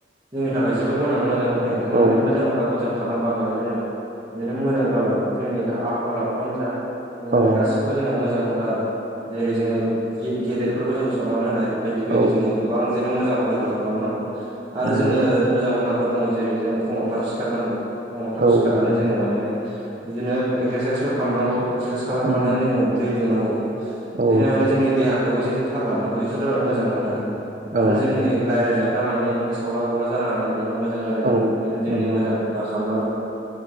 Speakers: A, on the right; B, on the right.
A: जोंनि थाखाय जोबोर गोनां मोजां हुदा जों
B: औ
A: माने मोजां हुदाखौ जों खालामबा माने जोङो बिदिनो मोजां जालाङो। जोंनि आखल आखुआनो जा जों माने
B: अ
A: गासिखौबो जोंङो मोजां हुदा। जेरै- जोङो गेदेरफोरखौ जों सनमान होनाय बायदि बायदि
B: औ
A: जोङो गोबां बिदिनो मोजां हुदाफोर खालामनांगौ। आरो
B: नंगौ
A: जोङो मोजां हुदाफोर दङ। जेरै- जोङो फुङाव थाब सिखारनांगौ, फुङाव थाब
B: औ
A: सिखारनानै
B: नंगौ
A: जोङो माने बिदिनो एक्सारसाइसफोर खालामनांगौ। एक्सारसाइस खालामखांनानै
B: उम
A: जोङो दै लोंनांगौ बिदिनो
B: औ
A: माने जोंनि देहाखौबो एसे थाल लानांगौ बेफोर जाबाय मोजां हु दा
B: उम
A: आरो
B: औ
A: जोंनि रायरायनायफ्रा माने इदिनो सावला बावला जानाङा बिदि मोजां लायरायनांगौ
B: औ
A: बिदिनो जोंनि
B: नंगौ
A: मोजां हुदा खालामना